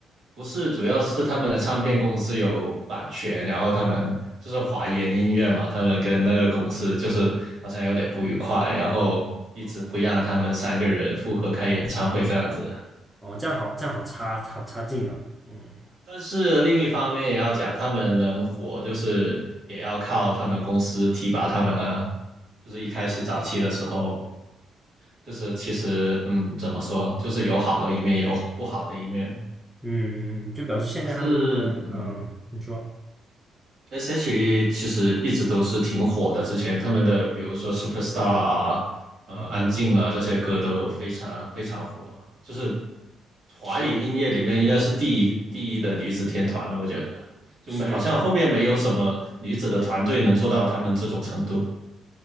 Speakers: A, on the right; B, in the centre.
A: 不是，主要是他们的唱片公司有版权，然后他们就是华研音乐嘛，他们跟那个公司就是好像有点不愉快，然后一直不让他们三个人复合开演唱会这样子。
B: 哦，哦，这样好，这样好差，好差劲啊。嗯
A: 但是另一方面也要讲，他们能火，就是也要靠他们公司提拔他们呢。就是一开始早期的时候，
B: 嗯
A: 就是其实嗯，怎么说，就是有好的一面，也有不好的一面。
B: 嗯，就表示现在他们那个，
A: 但是，嗯，
B: 嗯，你说，
A: S.H.E 其实一直都是挺火的，之前他们的比如说《Superstar》啊、呃《安静啊》了这些歌都非常非常火，
B: 嗯嗯，
A: 就是华语音乐里面应该是第一第一的女子天团了，
B: 是
A: 我觉得就没好像后面没有什么女子的团队能做到他们这种程度。
B: 是是。